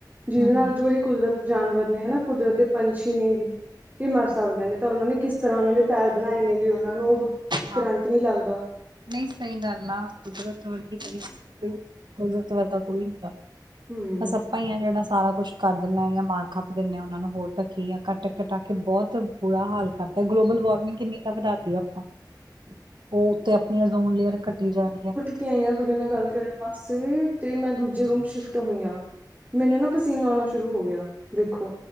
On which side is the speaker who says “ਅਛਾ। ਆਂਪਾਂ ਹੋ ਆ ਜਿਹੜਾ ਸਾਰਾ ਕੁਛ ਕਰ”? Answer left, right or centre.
Right